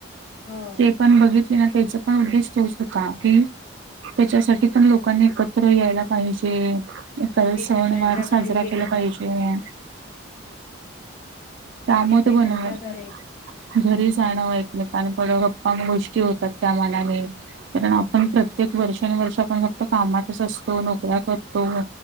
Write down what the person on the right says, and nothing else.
ते पण बघितली ना त्याचा पण उद्देश तोच होता, की त्याच्यासाठी <unintelligible> पण लोकांनी एकत्र यायला पाहिजे. एकत्र
सणवार
साजरा
केला पाहिजे. <unintelligible>
घरी जाणं एकमेकांकड, गप्पा गोष्टी होतात त्या मानाने. कारण आपण प्रत्येक वर्षानुवर्ष आपण फक्त कामातच असतो, नोकऱ्या करतो.